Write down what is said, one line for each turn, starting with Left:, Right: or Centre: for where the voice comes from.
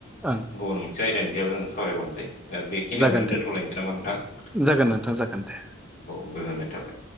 Centre: ओं
Left: गुबुन मोनसे आयदानि सायाव जों सावरायबावनोसै ओ बेखिनियावनो
Centre: जागोन दे
Left: दोन्थ'लायनोसै
Centre: नोंथां
Left: नामा नोंथां
Centre: जागोन
Left: औ
Centre: नोंथां जागोन दे
Left: औ गोजोननाय थाबाय